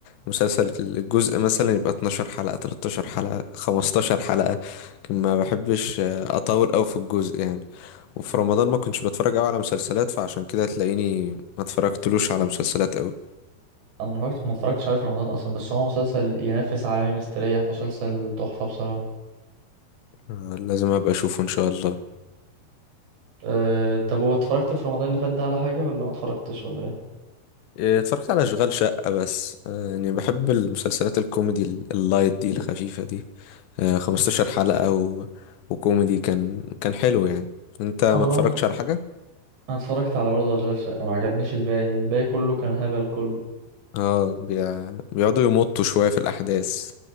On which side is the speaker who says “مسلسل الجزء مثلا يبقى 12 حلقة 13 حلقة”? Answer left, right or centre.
Left